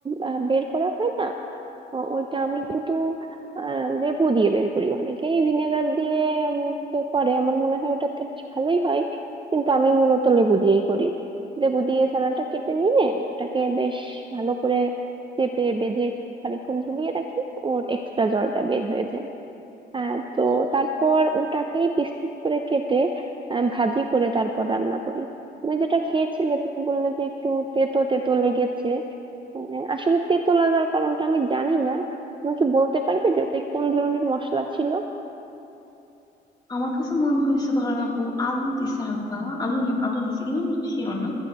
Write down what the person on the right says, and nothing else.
আহ, বের করা হয় না ও- ওইটা আমি কিন্তু আহ, লেবু দিয়ে বের করি অনেকেই ভিনেগার দিয়ে উম, তো করে আমার মনে হয় ওটাতে বেশ ভালোই হয় কিন্তু আমি মূলত লেবু দিয়েই করি লেবু দিয়ে ছানাটা কেটে নিয়ে ওটাকে বেশ ভালো করে চেপে বেঁধে খানিকক্ষণ ঝুলিয়ে রাখি ওর এক্সট্রা জলটা বের হয়ে যায় আহ তো তারপর ওটাকেই পিস পিস করে কেটে আহ, ভাজি করে তারপর রান্না করি তুমি যেটা খেয়েছিলে তুমি বললে যে একটু তেতো তেতো লেগেছে আহ, আসলে তেতো লাগার কারণটা আমি জানি না তুমি কি বলতে পারবে যে ওটা কোন ধরনের মশলা ছিল